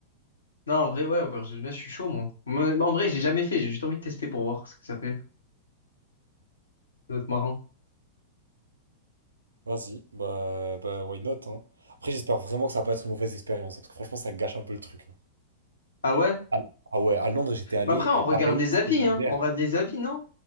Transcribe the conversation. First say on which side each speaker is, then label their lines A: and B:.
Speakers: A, on the left; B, on the right.
A: Non, en vrai, ouais, auberge de jeunesse, je suis chaud, moi. Mais- mais en vrai, j'ai jamais fait. J'ai juste envie de tester pour voir ce que ça fait. Ça doit être marrant.
B: Vas-y, bah, bah, why not, hein. Après, j'espère vraiment que ça va pas être une mauvaise expérience, hein, parce que franchement, ça gâche un peu le truc.
A: Ah ouais?
B: Ah ah ouais, à Londres, j'étais allé,
A: Mais après, on
B: et pareil,
A: regarde les
B: c'était
A: avis,
B: l'hiver.
A: hein. On regarde les avis, non?